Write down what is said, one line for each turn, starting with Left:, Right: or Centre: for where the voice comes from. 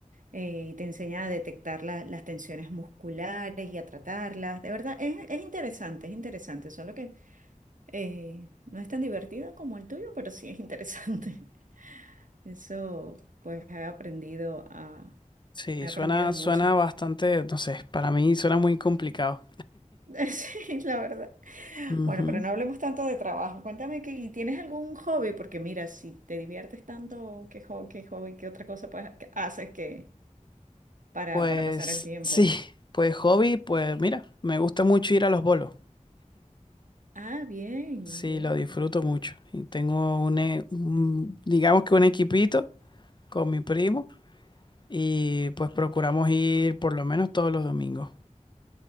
Right: eh, y te enseña a detectar la- las tensiones musculares y a tratarlas. De verdad, es, es interesante, es interesante, solo que eh, no es tan divertido como el tuyo, pero sí es interesante. <laughs> Eso, pues he aprendido a,
Left: Sí,
Right: he
Left: suena,
Right: aprendido mucho.
Left: suena bastante, no sé, para mí suena muy complicado.
Right: <laughs> Sí, la verdad.
Left: Ujú.
Right: Bueno, pero no hablemos tanto de trabajo. Cuéntame que ¿y tienes algún hobby, porque mira, si te diviertes tanto, ¿qué hobby, qué hobby, qué otra cosa pues, que haces que para,
Left: Pues
Right: para pasar el tiempo?
Left: sí, pues hobby, pues mira, me gusta mucho ir a los bolos.
Right: Ah, bien,
Left: Sí,
Right: bien.
Left: lo disfruto mucho. Y tengo un, e- un- digamos que un equipito con mi primo y pues procuramos ir por lo menos todos los domingos.